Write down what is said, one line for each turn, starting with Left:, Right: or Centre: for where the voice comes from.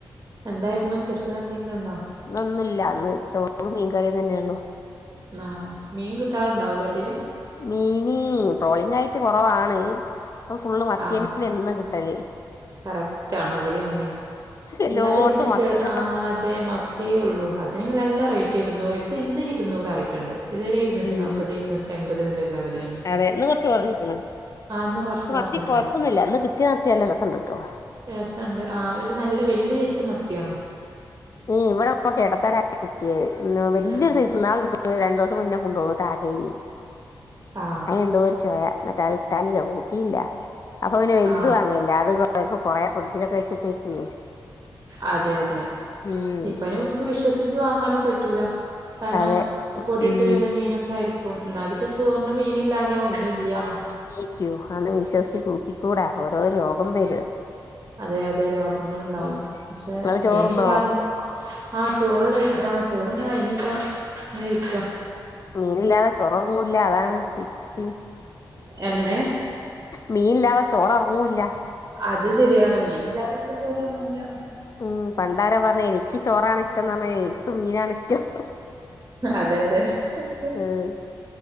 Right: എന്തായിരുന്നു സ്പെഷ്യൽ എന്തെങ്കിലും ഉണ്ടോ
Left: ഇന്നൊന്നു ഇല്ല ഇന്ന് ചോറും മീൻകറിം തന്നെ ഉള്ളു
Right: ആഹ് മീൻ കിട്ടാറ്ണ്ടാവുംല്ലേ അതില്
Left: മീന് ട്രോളിംഗ് ആയിട്ട് കൊറവാണ്. ഇപ്പ ഫുള്ള് മത്തിയെനെ
Right: ആ
Left: എന്നും കിട്ടല്
Right: കറക്റ്റ് ആണ് ഇവടിം അങ്ങനെയെന്നെ.
Left: എല്ലോട്ത്തും
Right: അല്ലാതെ പിന്നെ ചെ
Left: മത്തിയോട
Right: ആഹ് അതെ മ ത്തിയേ ഒള്ളൂ അതിനെങ്കിൽ നല്ല റേറ്റ് ഇര്ന്നൂറ്. ഇപ്പൊ ഇന്ന് ഇരുന്നൂറായിയിട്ട്ണ്ട് ഇതുവരെ ഇര്ന്നൂറ്റി
Left: ഉം
Right: നാൽത്
Left: ഉം
Right: ഇര്ന്നൂ റ്റി അൻമ്പത് ന്ന്ള്ളൊരു ലെവലേയ്‌നി
Left: അതെ ന്ന് കൊർച്ച് കൊർഞ്ഞ്ക്ക്ണ്.
Right: ഇന്ന് കുറച്ച്
Left: പക്ഷെ മത്തി
Right: കുറഞ്ഞിട്ടുണ്ട്
Left: കൊഴപ്പൊന്നുല്ല ഇന്ന് കിട്ട്യേ മത്തി നല്ല രെസണ്ട് ട്ടോ
Right: രസണ്ട്. ആ ഒരു നല്ല വല്ല്യ ഐസ് മത്തിയാണ്
Left: ഉം ഇവിടെ കൊറച്ച് എടത്താരാ കിട്ടിയേ വല്ല്യ
Right: ആ
Left: സൈസ് ഇന്നാളൊരുസം രണ്ടുവസം മുന്നേകൊണ്ടു വന്ന് താ തെയ്നി
Right: ആ
Left: അയിനെന്തോ ഒരു ചെവയ എന്നിട്ട് അത് ഇട്ടാന കൂട്ടിയില്ല അപ്പഫിന്നെ വൽത്
Right: ആ
Left: വാങ്ങല്ലെ അത് കൊറേമ്പ കൊറേ ഫ്രിഡ്ജിലൊക്കെ വെച്ചിട്ടേക്ക്
Right: അതെയതെ
Left: ഉം
Right: ഇപ്പഴും മുക്ക് വിശ്വസിച്ച് വാങ്ങാനും പറ്റൂല കാരനം
Left: അതെ
Right: പൊടിട്ട്
Left: ഉം
Right: വെരുന്ന മീനൊക്കെ ആയിരിക്കും ന്നാലും പെഷ് തോറിന് മീനില്ലായിനോ ഒന്നും ഇല്ല്യാന്ന്
Left: ജീ ക്യു ആണ് വിശ്വസിച്ച് കൂട്ടിക്കൂടാ ഓരോ രോഗം വരും
Right: അതെ അതെ രോഗങ്ങളുണ്ടാവും
Left: ഉം
Right: പക്ഷെ
Left: ഇങ്ങള്
Right: മീനില്ലാന്
Left: ചോറ്ന്നോ
Right: ആ ചോറ് കഴി ആ ചോറ്ന്ന്‌ കഴിഞ്ഞപ്പോ നിൽക്ക
Left: മീനില്ലാതെ ചോറെറങ്ങൂല്ല അതാണ് വിറ്റ്
Right: എങ്ങനേ?
Left: മീനില്ലാതെ ചോറെറങ്ങൂല്ല
Right: അത് ശരിയാണ് മീനില്ലാതിനീപ്പ ചോറെറങ്ങൂല
Left: ഉം പണ്ടാരാ പറഞ്ഞെ എനിക്ക് ചോറാ ണിഷ്ടംന്നറഞ്ഞ എനിക്ക് മീനാണി ഷ്ടം
Right: അതെ അതെ
Left: ഉം